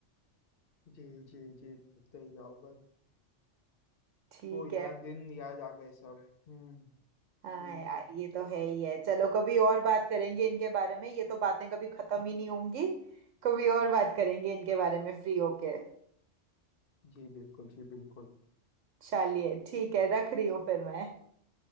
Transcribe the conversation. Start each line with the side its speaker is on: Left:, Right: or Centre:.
Left: जी जी जी करते ही जाओ बस
Right: ठीक
Left: तो यार
Right: है
Left: दिन याद आ गए सब हम्म ठीक
Right: हाँ यार
Left: है
Right: ये तो है ही है चलो कभी और बात करेंगे इनके बारे में ये तो बातें कभी खत्म ही नहीं होंगी कभी और बात करेंगे इनके बारे में फ्री होके
Left: जी बिल्कुल जी बिल्कुल
Right: चलिए ठीक है रख रही हूँ फिर मैं